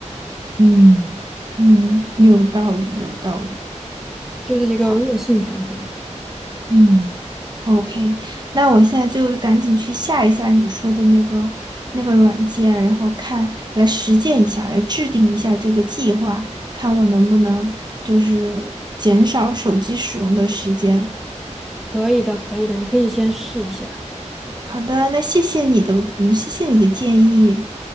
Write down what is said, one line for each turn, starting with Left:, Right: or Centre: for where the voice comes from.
Right: 嗯嗯，有道理，有道理。
Centre: 就是一个恶性循环。
Right: 好。嗯。OK，那我现在就赶紧去下一下你说的那个那个软件，然后看，来实践一下，来制定一下这个计划，看我能不能就是减少手机使用的时间。
Centre: 可以的，可以的，你可以先试一下，
Right: 好的，那谢谢你的，嗯，谢谢你的建议。